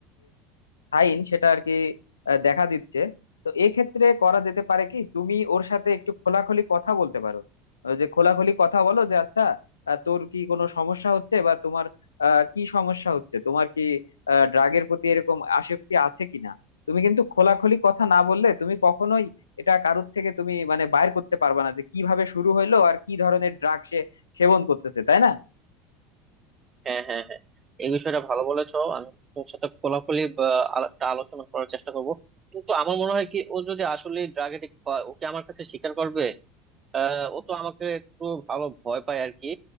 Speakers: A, on the left; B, on the right.
A: সাইন সেটা আর কি আহ, দেখা দিচ্ছে তো এক্ষেত্রে করা যেতে পারে কি তুমি ওর সাথে একটু খোলাখুলি কথা বলতে পারো ওই যে খোলাখুলি কথা বলো যে আচ্ছা আহ, তোর কি কোনো সমস্যা হচ্ছে বা তোমার আহ, কি সমস্যা হচ্ছে তোমার কি ড্রাগের প্রতি এরকম আসক্তি আছে কিনা তুমি কিন্তু খোলাখুলি কথা না বললে তুমি কখনোই এটা কারোর থেকে তুমি মানে বাইর করতে পারবা না যে কিভাবে শুরু হইলো আর কি ধরনের ড্রাগ সে সেবন করতেছে তাই না
B: হ্যাঁ হ্যাঁ হ্যাঁ এই বিষয়টা ভালো বলেছো আমি তোর সাথে খোলাখুলি বা আলাপটা আলোচনা করার চেষ্টা করব কিন্তু আমার মনে হয় কি ও যদি আসলে ড্রাগ এডিক্ট হয় ওকে আমার কাছে স্বীকার করবে আহ, ও তো আমাকে একটু ভালো ভয় পায় আর কি